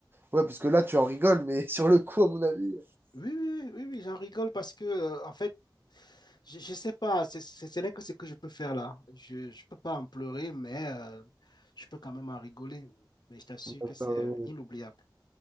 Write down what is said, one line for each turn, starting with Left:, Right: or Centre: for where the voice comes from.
Right: Ouais, parce que là, tu en rigoles, mais <laughs> sur le coup, à mon avis.
Left: Oui, oui, oui, oui, oui, j'en rigole parce que, euh, en fait, Je ne sais pas, c'est- c'est- ce n'est que ce que je peux faire là. Je ne peux pas en pleurer, mais euh, je peux quand même en rigoler. Mais je t'assure
Right: euh,
Left: que c'est inoubliable.